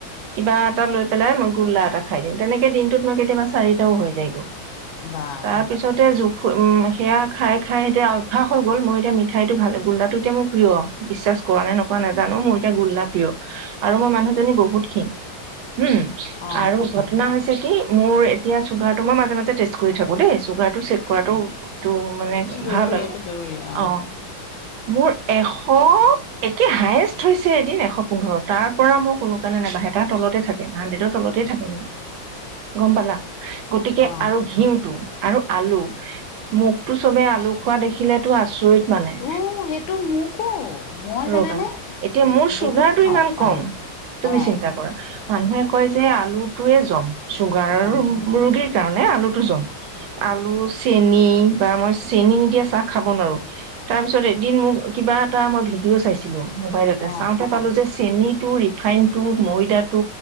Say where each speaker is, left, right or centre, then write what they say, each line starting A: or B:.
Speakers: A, on the right; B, on the left.
A: কিবা এটা লৈ পেলাই মই গ। গোল্লা এটা খাই দিওঁ তেনেকে দিনটোত ম‌ই কেতিয়াবা চাৰিটাও হয় গে
B: বা
A: তাৰপিছতে উম সেয়া খাই খাই এতিয়া অভ্যাস হৈ গ'ল মই এতিয়া মিঠাইটো ভাল গোল্লাটো এতিয়া মোৰ প্ৰিয় বিশ্বাস। কৰা নে নকৰা নাজানো মোৰ এতিয়া গোল্লা প্ৰিয় আৰু মই মানুহজনী বহুত ক্ষিন। উম
B: অ
A: আৰু ঘটনা হৈছে কি মোৰ এতিয়া চুগাৰটো মই মাজে মাজে টেষ্ট কৰি থাকো দেই। চুগাৰটো চেক কৰাটো তটো মানে
B: জৰুৰী
A: ভাল আৰু
B: এইটো জৰুৰী অ
A: অঁ। মোৰ এশ। একে হায়েষ্ট হৈছে এদিন এশ পোন্ধৰ তাৰ পৰা মোৰ কোনো কাৰণে নাবাঢ়ে তাৰ তলতে থাকে হাণ্ড্ৰেডৰ তলতে। থাকে মোক গম পালা গতিকে
B: অ
A: আৰু ঘিউটো। আৰু আলু মোকতো চবে আলু খোৱা দেখিলেতো আচৰিত। মানে
B: উ সেইটো মোকো মই। জানানে
A: ৰ'বা এতিয়া
B: এ
A: মোৰ চুগাৰটো
B: বহুত খাওঁ
A: ইমান
B: আলু
A: কম তুমি
B: অ
A: চিন্তা কৰা। মানুহে কয় যে আলুটোৱে জম চুগাৰ
B: জম
A: ৰোগীৰ কাৰণে আলুটো জম। আলু, চেনি বা মই চেনি নিদিয়া চাহ খাব নোৱাৰো তাৰ পিছত এদিন মোক। কিবা এটা মই ভিডিঅ' চাইছিলো মোবাইলতে
B: অ
A: চাওঁতে পালো যে। চেনটো, ৰিফাইনটো, ময়দাটো,